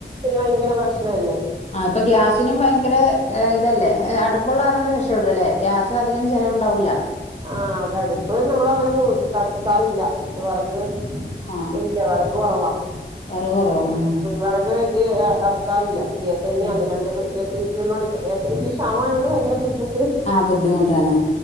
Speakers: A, on the right; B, on the left.
A: ഭയങ്കര പ്രശ്ന അല്ലേ
B: ആഹ് ഇപ്പൊ ഗ്യാസിനും ഭയങ്കര ഇതല്ലേ അടുപ്പള്ളാറേണ്ട രക്ഷ ഇടൂ അല്ലേ ഗ്യാ അത് അധികം ചിലവുണ്ടാവൂല്ല
A: ആഹ് അതടുപ്പ് നമ്മൾ അങ്ങനെ കത്തിക്കാറില്ല വിറക്
B: ആ ആ,
A: ഇല്ല വിറക് കൊറവാ
B: വറവ് കുറവാണ് ആ
A: വിറക് ഇറക്കാറില്ല ഗ്യസ് തന്നെയാണ്
B: ഉം.
A: രണ്ട് ഗ്യാസ് കുറ്റിയുള്ളൊണ്ട് ഇപ്പ ഗ്യാസ് കുറ്റിക്ക് ക്ഷാമമായോണ്ട് ഭയങ്കര ബുദ്ധിമു
B: ആഹ് ബുദ്ധിമുട്ടാണ്